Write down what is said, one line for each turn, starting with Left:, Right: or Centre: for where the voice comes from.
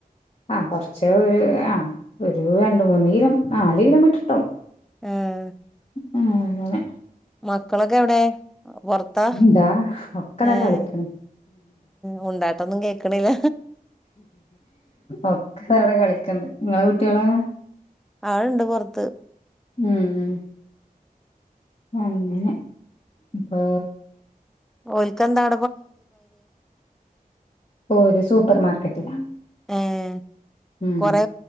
Left: ആഹ് കൊർച്ച് ഒരു ആഹ് ഒരു രണ്ട് മൂന്ന് കിലോ നാല് കിലോമീറ്റർ ഇട്ടാവും
Centre: ഏഹ്
Left: ഉം ങ്ങനെ
Centre: മക്കളൊക്കെ എവ്ടെ പൊർത്താ
Left: ഇതാ ഒക്കെതാ
Centre: ഏഹ്
Left: കളിക്കണ്
Centre: മുണ്ടാട്ടൊന്നും കേക്ക്ണില്ല
Left: ഒക്കെത അവിടെ കളിക്ക്ണ്ട് ങ്ങളെ കുട്ടിയോളോ
Centre: ആള്ണ്ട് പൊർത്ത്
Left: മ് മ് അങ്ങനെ ഇപ്പോ
Centre: ഓലിക്കെന്താട
Left: ഓര് സൂപ്പർ മാർക്കറ്റിലാ
Centre: ഏഹേ
Left: ഉം
Centre: കൊറെ